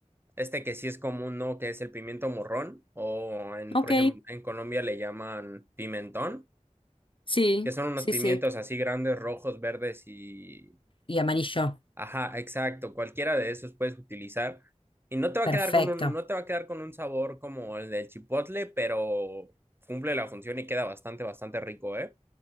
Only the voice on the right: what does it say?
este que sí es común, ¿no? Que es el pimiento morrón o en,
por ejemplo, en Colombia le llaman pimentón
que son unos
pimientos
así grandes, rojos, verdes y...
Ajá, exacto, cualquiera de esos puedes utilizar y no te va
a quedar con un, no te va a quedar con un sabor como el del chipotle, pero cumple la función y queda bastante, bastante rico, ¿eh?